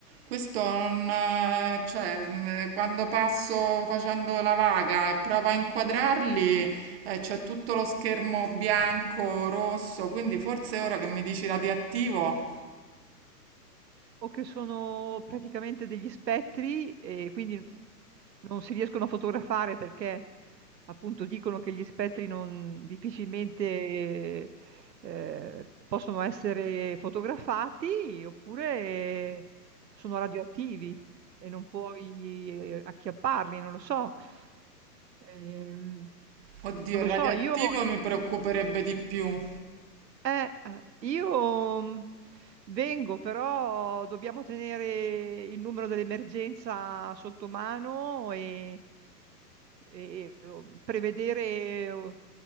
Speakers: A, on the right (about 40°); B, on the right (about 85°).
A: Questo non, eh, cioè, eh, quando passo facendo la vaga e provo a inquadrarli, eh, c'è tutto lo schermo bianco, rosso, quindi forse ora che mi dici radioattivo,
B: o che sono praticamente degli spettri e quindi non si riescono a fotografare perché appunto dicono che gli spettri non difficilmente eh, possono essere fotografati, oppure sono radioattivi e non puoi eh, acchiapparli, non lo so. Ehm,
A: oddio,
B: non
A: il
B: lo
A: radioattivo
B: so, io,
A: mi preoccuperebbe di più.
B: eh, eh, io mm, vengo, però dobbiamo tenere il numero dell'emergenza sotto mano e, e, um, prevedere eh,